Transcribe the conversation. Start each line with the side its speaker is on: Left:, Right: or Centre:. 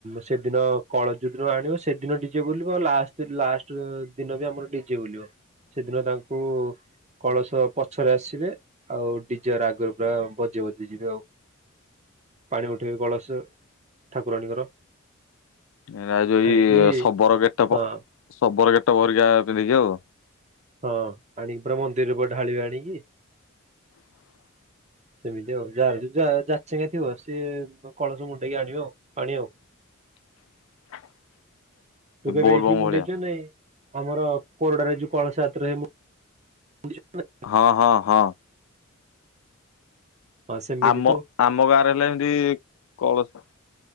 Right: ସେଦିନ କଳଯୁଦ୍ର ଆଣିବ ସେଦିନ ଡିଜେ ବୁଲିବ ଲାଷ୍ଟ ଲାଷ୍ଟ। ସେଦିନ ବି ଆମର ଡିଜେ ବୁଲିବ ସେଦିନ ତାଙ୍କୁ। କଳସ ପଛରେ ଆସିବେ ଆଉ ଡିଜ ଆଗରୁ ପୁରା ବଜେଇ ଜେଇ ଯିବେ ଆଉ। ପାଣି ଉଠେଇ କଳସ ଠାକୁରାଣୀଙ୍କର।
Left: ଏରାଯଉ
Right: ଆଣିକି
Left: ଶବରଗେଟପ
Right: ହଁ
Left: ଶବରଗେଟପ ପରିକା ପିନ୍ଧିକି ଆଉ।
Right: ହଁ ଆଣିକି ପରା ମନ୍ଦିରରେ ଢାଳିବେ ଆଣିକି।
Left: <inaudible>
Right: ସେମିତି ଆଉ ଯାହାର ଯା ଯାଚେଙ୍ଗା ଥିବ ସିଏ କଳସ ମୁଣ୍ଡେଇକି ଆଣିବ ଆଉ ପାଣି ଆଉ।
Left: <inaudible>
Right: ତୁ
Left: ଏ
Right: କେବେ
Left: ବୋଲବମ୍
Right: ଏଇଠି ମୁଣ୍ଡେଇଛୁ
Left: ଭଳିଆ
Right: ନାଇଁ ଆମର କୋରଡାରେ ଯ କଳସାତରେ ମୁ
Left: ହଁ ହଁ ହଁ।
Right: ହଁ ସେମିତି
Left: ଆମ
Right: ତ
Left: ଆମ ଗାଁରେ ହେଲେ ଏମତି କଳସ